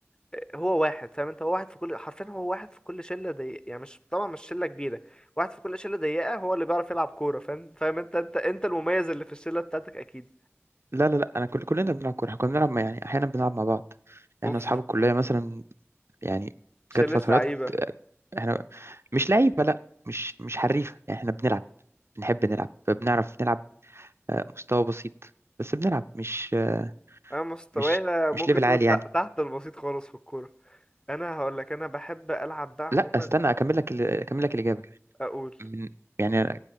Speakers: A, on the left; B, on the right.
A: آه، هو واحد فاهم انت هو واحد في كل حرفيا هو واحد في كل شله ضيقه يعني مش طبعا مش شله كبيره واحد في كل شله ضيقه هو اللي بيعرف يلعب كوره فاهم فاهم انت انت انت المميز اللي في الشله بتاعتك اكيد
B: لا لا لا انا كل كلنا بنلعب كورة احنا كنا بنلعب يعني احيانا بنلعب مع بعض احنا
A: اوف
B: اصحاب الكلية مثلا يعني
A: شله
B: جت فترات
A: لعيبه
B: احنا مش لعيبة لا مش مش حريفة يعني احنا بنلعب بنحب نلعب بنعرف نلعب آه، مستوى بسيط بس بنلعب مش آه،
A: انا مستواي
B: مش مش
A: ممكن
B: ليفل
A: تقول
B: عالي
A: ت-
B: يعني
A: تحت البسيط خالص في الكوره انا هقول لك انا بحب العب بقى عموما
B: لا استنى اكمل لك ال- اكمل لك الإجابة
A: اقول
B: من يعني أنا